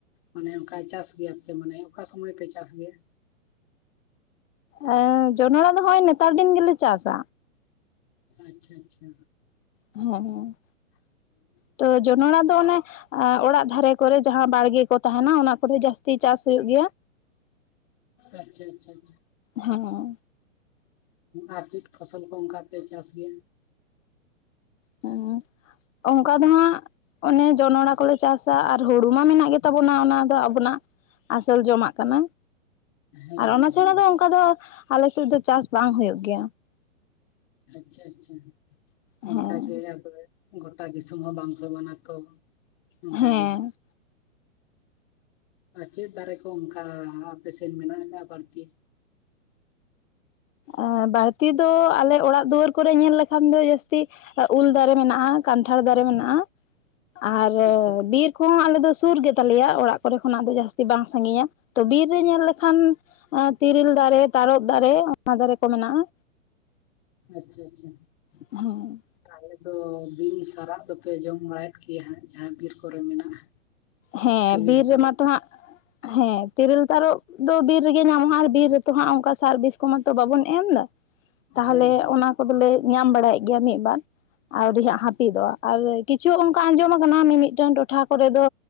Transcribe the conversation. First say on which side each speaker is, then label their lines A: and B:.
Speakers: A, on the left; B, on the left.
A: ᱢᱟᱱᱮ ᱚᱱᱠᱟ ᱪᱟᱥ ᱜᱮᱭᱟ ᱯᱮ ᱢᱟᱱᱮ ᱚᱠᱟ ᱥᱚᱢᱚᱭ ᱯᱮ ᱪᱟᱥ ᱜᱮᱭᱟ?
B: ᱮ ᱡᱚᱱᱚᱲᱟ ᱫᱚ ᱦᱚᱜᱼᱚᱭ ᱱᱮᱛᱟᱨ ᱫᱤᱱ ᱜᱮᱞᱮ ᱪᱟᱥᱟ᱾
A: ᱟᱪᱪᱷᱟ ᱟᱪᱪᱷᱟ᱾
B: ᱦᱮᱸ, ᱛᱚ ᱡᱚᱱᱚᱲᱟ ᱫᱚ ᱚᱱᱮ ᱟᱸ ᱚᱲᱟᱜ ᱫᱷᱟᱨᱮ ᱠᱚᱨᱮ ᱡᱟᱦᱟᱸ ᱵᱟᱲᱜᱮ ᱠᱚ ᱛᱟᱦᱮᱱᱟ, ᱚᱱᱟ ᱠᱚᱨᱮ ᱡᱟᱹᱥᱛᱤ ᱪᱟᱥ ᱦᱩᱭᱩᱜ ᱜᱮᱭᱟ᱾
A: ᱟᱪᱪᱷᱟ ᱟᱪᱪᱷᱟ ᱟᱪᱪᱷᱟ
B: ᱦᱮᱸ
A: ᱾ ᱟᱨ ᱪᱮᱫ ᱯᱷᱚᱥᱚᱞ ᱠᱚ ᱚᱝᱠᱟ ᱯᱮ ᱪᱟᱥ ᱜᱮᱭᱟ?
B: ᱦᱮᱸ, ᱚᱝᱠᱟ ᱫᱚ ᱦᱟᱸᱜ ᱚᱱᱮ ᱡᱚᱱᱚᱲ ᱠᱚᱞᱮ ᱪᱟᱥ ᱟ ᱟᱨ ᱦᱩᱲᱩ ᱢᱟ ᱢᱮᱱᱟᱜ ᱜᱮᱛᱟᱵᱚᱱᱟ ᱚᱱᱟ ᱫᱚ ᱟᱵᱚᱱᱟᱜ ᱟᱥᱚᱞ ᱡᱚᱢᱟᱜ ᱠᱟᱱᱟ,
A: ᱦᱮᱸ
B: ᱟᱨ
A: ᱦᱮᱸ
B: ᱚᱱᱟ ᱪᱷᱟᱲᱟ
A: ᱦᱮᱸ
B: ᱫᱚ ᱚᱝᱠᱟ ᱫᱚ ᱟᱞᱮᱥᱮᱫ ᱫᱚ ᱪᱟᱥ ᱵᱟᱝ ᱦᱩᱭᱩᱜ ᱜᱮᱭᱟ ᱾
A: ᱟᱪᱪᱷᱟ ᱟᱪᱪᱷᱟ,
B: ᱦᱮᱸ
A: ᱚᱱᱠᱟᱜᱮ ᱟᱫᱚᱭ ᱜᱚᱴᱟ ᱫᱤᱥᱚᱢ ᱦᱚᱸ ᱵᱟᱝ ᱥᱚᱢᱟᱱᱟ ᱛᱚ, ᱚᱱᱠᱟᱜᱮ
B: ᱦᱮᱸ
A: ᱟᱨ ᱪᱮᱫ ᱫᱟᱨᱮ ᱠᱚ ᱚᱝᱠᱟ ᱟᱯᱮᱥᱮᱱ ᱢᱮᱱᱟᱜ ᱟᱠᱟᱜᱼᱟ ᱵᱟᱹᱲᱛᱤ?
B: ᱮᱸ ᱵᱟᱹᱲᱛᱤ ᱫᱚ ᱟᱞᱮ ᱚᱲᱟᱜ ᱫᱩᱣᱟᱹᱨ ᱠᱚᱨᱮ ᱧᱮᱞ ᱞᱮᱠᱷᱟᱱ ᱫᱚ ᱡᱟᱹᱥᱛᱤ ᱮᱸ ᱩᱞ ᱫᱟᱨᱮ ᱢᱮᱱᱟᱜᱼᱟ ᱠᱟᱱᱴᱷᱟᱲ ᱫᱟᱨᱮ ᱢᱮᱱᱟᱜᱼᱟ᱾ ᱟᱨ
A: ᱟᱪᱪᱷᱟ
B: ᱵᱤᱨ ᱠᱚᱦᱚᱸ ᱟᱞᱮ ᱫᱚ ᱥᱩᱨ ᱜᱮᱛᱟ ᱞᱮᱭᱟ ᱚᱲᱟᱜ ᱠᱚᱨᱮ ᱠᱷᱚᱱᱟᱜ ᱫᱚ ᱡᱟᱹᱥᱛᱤ ᱵᱟᱝ ᱥᱟᱺᱜᱤᱧᱟ᱾ ᱛᱚ ᱵᱤᱨ ᱨᱮ ᱧᱮᱞ ᱞᱮᱠᱷᱟᱱ ᱚᱱᱟ ᱛᱤᱨᱤᱞ ᱫᱟᱨᱮ, ᱛᱟᱨᱚᱚᱵ ᱫᱟᱨᱮ, ᱚᱱᱟ ᱫᱟᱨᱮ ᱠᱚ ᱢᱮᱱᱟᱜᱼᱟ᱾
A: ᱟᱪᱪᱷᱟ ᱟᱪᱪᱷᱟ᱾
B: ᱦᱳᱭ᱾
A: ᱛᱟᱦᱚᱞᱮ ᱛᱚ ᱵᱤᱱ ᱥᱟᱨᱟᱜ ᱫᱚᱯᱮ ᱡᱚᱢ ᱵᱟᱲᱟᱭᱮᱫ ᱜᱮᱭᱟ ᱦᱟᱸᱜ ᱡᱟᱦᱟᱸ ᱵᱤᱨ ᱠᱚᱨᱮ ᱢᱮᱱᱟᱜᱼᱟ᱾
B: ᱦᱮᱸ
A: ᱛᱤᱨᱤᱞ
B: ᱵᱤᱨ
A: ᱛᱟᱨᱚᱵ
B: ᱨᱮᱢᱟ ᱛᱚ ᱦᱟᱸᱜ, ᱦᱮᱸ ᱛᱤᱨᱤᱞ ᱛᱟᱨᱚᱵ ᱫᱚ ᱵᱤᱨ ᱨᱮᱜᱮ ᱧᱟᱢᱚᱜᱼᱟ ᱟᱨ ᱵᱤᱨ ᱛᱚ ᱦᱟᱸᱜ ᱚᱱᱠᱟ ᱥᱟᱨ ᱵᱤᱥ ᱠᱚᱢᱟ ᱛᱚ ᱵᱟᱵᱚᱱ ᱮᱢ ᱫᱟ, ᱛᱟᱦᱚᱞᱮ
A: ᱦᱮᱸ ᱦᱮᱸ
B: ᱚᱱᱟ ᱠᱚᱫᱚ ᱞᱮ ᱧᱟᱢ ᱵᱟᱲᱟᱭᱮᱫ ᱜᱮᱭᱟ ᱢᱤᱫ ᱵᱟᱨ, ᱟᱹᱣᱨᱤ ᱦᱟᱸᱜ
A: ᱟᱪᱪᱷᱟ
B: ᱦᱟᱹᱯᱤᱫᱚᱜᱼᱟ,
A: ᱟᱪᱪᱷᱟ
B: ᱟᱨ ᱠᱤᱪᱷᱩ ᱚᱱᱠᱟ ᱟᱸᱡᱚᱢ ᱟᱠᱟᱱᱟ ᱢᱤ ᱢᱤᱫᱴᱟᱝ ᱴᱚᱴᱷᱟ ᱠᱚᱨᱮ ᱫᱚ